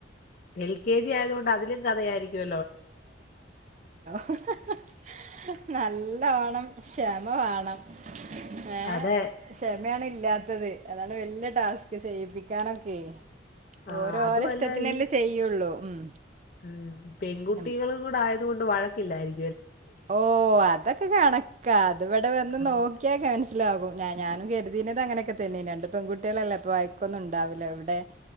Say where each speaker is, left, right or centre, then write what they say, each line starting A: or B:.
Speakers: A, on the left (about 45°); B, on the right (about 40°).
A: എൽ കെ ജി ആയതുകൊണ്ട് അതിലും കഥയായിരി <unintelligible>
B: <unintelligible> <unintelligible> ന്നല്ലോണം ക്ഷമ വാണം ഏ
A: അതെ
B: ക്ഷമയാണ് ഇല്ലാ അതെ അതാണ് വല്യ ട്ടാസ്ക് ചെയ്യിപ്പിക്കാനൊക്കെ
A: ആഹ്
B: ഓര്
A: അതുമല്ല
B: ഓരഷ്ട്ടത്തിനല്ലേ
A: ഈ
B: ചെയ്യുള്ളൂ ഉം
A: ഉം <unintelligible> പെൺകുട്ടികളുകൂടെ
B: ഉം
A: ആയതുകൊണ്ട് വഴ ഇില്ലായിരി
B: ഓ അതൊക്കെ കണക്കാ അതിവടെ വന്ന്
A: ആ
B: നോക്കിയാ കാൻസലാകും ഞാ ഞാനും കരുതീന്നതങ്ങനൊക്കെതന്നേ രണ്ടു പെൺകുട്ടിയാളല്ലേഅപ്പോ വയക്കൊന്നും ഉണ്ടാവില്ല എവടെ